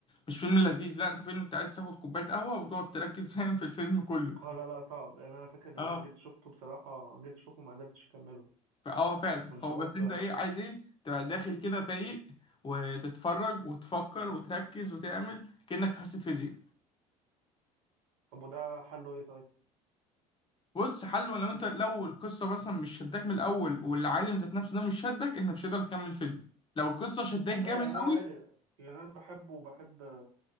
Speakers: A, on the left; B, on the right.
A: مش فيلم لذيذ لا انت فيلم انت عايز تاخد كوبايه قهوه وتقعد تركز فاهم في الفيلم كله
B: اه لا لا صعب يعني انا فاكر لما
A: اه
B: جيت شفته بصراحة جيت اشوفه ما قدرتش اكمله
A: ف- اه فعلا
B: من صعوبته
A: هو بس انت
B: يعني
A: ايه عايز ايه تبقى داخل كده فايق وتتفرج وتفكر وتركز وتعمل كأنك في حصه فيزياء
B: طب وده حله ايه طيب
A: بص حلو لو انت لو القصه مثلا مش شداك من الاول والعالم ذات نفسه ده مش شدك انت مش هتقدر تكمل الفيلم لو القصه شداك جامد
B: لا يعني
A: قوي
B: انا عادي يعني انا بحبه وبحب